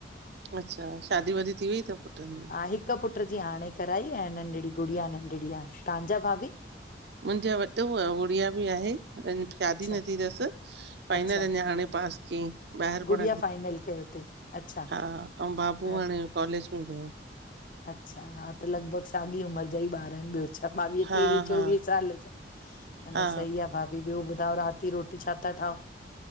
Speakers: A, on the right (about 60°); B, on the left (about 45°).
A: अच्छा शादी वादी थी वई अथ पुटनि जी
B: हा हिक पुट जी हाणे कराई ऐं नंढड़ी गुड़िया नंढड़ी आहे तव्हांजा भाभी
A: मुंहिंजो वॾो आ गुड़िया बि आहे शादी
B: अच्छा
A: न थी अथसि फाइनल
B: अच्छा
A: अञा हाणे पास कईं ॿाहिरि
B: गुड़िया
A: पढ
B: फाइनल कयो अथई अच्छा
A: हा अउं बाबू
B: ऐं
A: हाणे कॉलेज में वियो
B: अच्छा हा त लॻभॻि साॻी उमिरि जा ई ॿार आहिनि ॿियो अच्छा ॿावीह
A: हा
B: टेवीह
A: हा
B: चोवीह साल अञा
A: हा
B: सही आहे भाभी ॿियो ॿुधा राति रोटी छा था ठाहओ